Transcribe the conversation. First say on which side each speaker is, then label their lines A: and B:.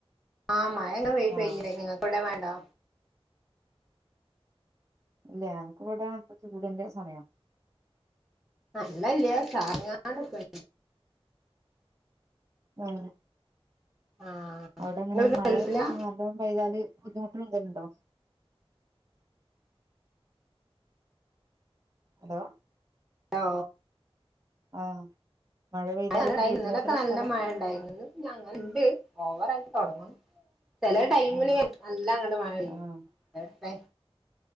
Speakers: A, in the centre; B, on the right.
A: ആഹ് മഴ ങ്ങ പെ
B: ആഹ്
A: പെയ്യ്ണ് ഇങ്ങക്കവിടെ മഴണ്ടോ
B: ഇല്ലാ ഞങ്ങക്ക് ഇവിടെ ഉച്ചച്ചുടിന്റെ സമയാ
A: ആഹ് ഇള്ളല്ല്യ കാറങ്ങാട് പെ
B: ഉം
A: ആഹ്
B: അവിടെങ്ങനെ
A: നിങ്ങൾ
B: മഴ
A: ഗൾഫിലാ
B: <unintelligible> പ്പൊ കൈ കാല്ബുദ്ധിമുട്ട് എന്തേലുണ്ടോ ഹലോ
A: ഓ
B: ആഹ് മഴ പെയ്താലൊക്കെ
A: അ <unintelligible>
B: ബുദ്ധിമുട്ടുള്ള
A: ഇന്നലൊക്കെ നല്ല
B: സ്ഥലാ
A: മഴ ഇണ്ടായിനി ഇന്ന്പ്പഞ്ഞങ്ങ ഇണ്ട് ഓവറായിട്ട് തുടങ്ങ്ണ് ചെലെ ടൈമില്
B: ഉം
A: നല്ലാം അങ്ങട് മഴെയ്യും
B: ആഹ്
A: ടെടെ